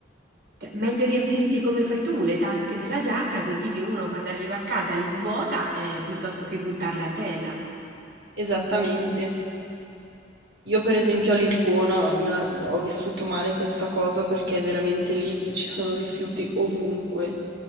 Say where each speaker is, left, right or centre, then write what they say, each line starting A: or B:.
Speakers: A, on the right (about 60°); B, on the right (about 75°).
A: Cioè, meglio riempirsi come fai tu le tasche della giacca, così che uno quando arriva a casa le svuota, eh, piuttosto che buttarle a terra.
B: Esattamente. Io per esempio a Lisbona me la- ho vissuto male questa cosa perché veramente lì ci sono rifiuti ovunque.